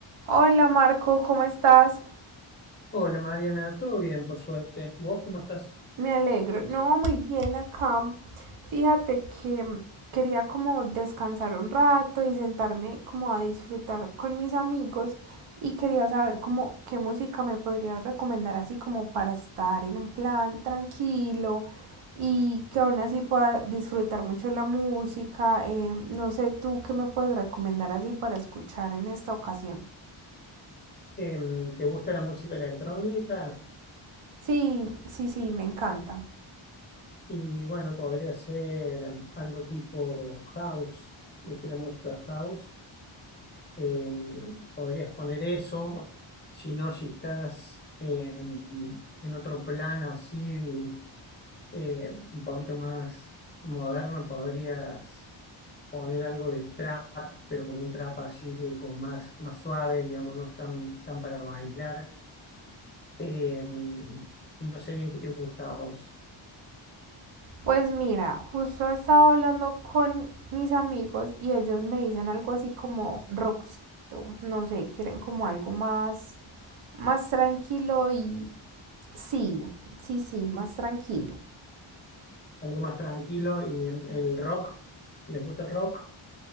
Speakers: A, on the right; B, on the left.
A: Hola Marco, ¿cómo estás?
B: Hola Mariana, todo bien por suerte. ¿Vos cómo estás?
A: Me alegro. No, muy bien acá. Fíjate que quería como descansar un rato y sentarme como a disfrutar con mis amigos y quería saber como qué música me podrías recomendar así como para estar en un plan tranquilo y que aún así pueda disfrutar mucho la música. Eh, no sé tú qué me puedes recomendar así para escuchar en esta ocasión.
B: Em, ¿te gusta la música electrónica?
A: Sí, sí, sí, me encanta.
B: Y bueno, podría ser em, algo tipo house, ¿viste la música house? Em, podrías poner eso. Si no, si estás en, en otro plano así, eh, un poquito más moderno, podrías poner algo de trap, pero con un trap así, como más, más suave, digamos, no es tan, tan para bailar Eh, no sé bien qué te gusta a vos.
A: Pues mira, justo estaba hablando con mis amigos y ellos me dicen algo así como rockcito, no sé, quieren como algo más, más tranquilo y sí, sí, sí, más tranquilo.
B: Algo más tranquilo y el rock. ¿Les gusta el rock?